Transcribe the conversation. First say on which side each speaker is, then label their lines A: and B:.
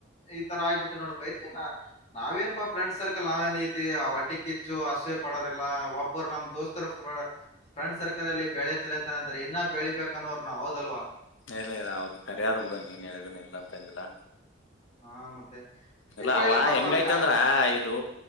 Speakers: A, on the left; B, on the left.
A: ಈ ತರ ಆಗ್ಬಿಟ್ಟು ನೋಡ್ಪ ಇರ್ಲಿ ನ ನಾವೇನಪ್ಪಾ ಫ್ರೆಂಡ್ ಸರ್ಕಲ್ ನಾವೇನ ಐತಿ ಆ ಒಟ್ಟಿ ಕಿಚ್ಚು ಅಸೂಯೆ ಪಡೋರಿಲ್ಲ ಒಬ್ಬರು ನಮ್ ದೋಸ್ತರ ಪ ಫ್ರೆಂಡ್ ಸರ್ಕಲ್ ಅಲ್ಲಿ ಬೆಳೆ ತಲತ ಅಂದ್ರೆ ಇನ್ನ ಬೆಳಿಬೇಕನ್ನೋರ ನಾವು ಹೌದಲ್ವಾ
B: ಇಲ್ಲ ಇಲ್ಲ ಹೌದು ಕರೆಯಾದ್ ಬಿಡು ನೀನ್ ಹೇಳಿದ ಇಲ್ಲ ಅಂತ ಅಂದಿಲ್ಲಾ
A: ಹಾ ಮತ್ತೆ ಅಷ್ಟೇ
B: ಇಲ್ಲ
A: ಬೆಳಿಲಿ
B: ಅವ
A: ಪಾಪ
B: ಹೆಂಗೈತ್
A: ಅದಕ್ಕ
B: ಅಂದ್ರ ಇದು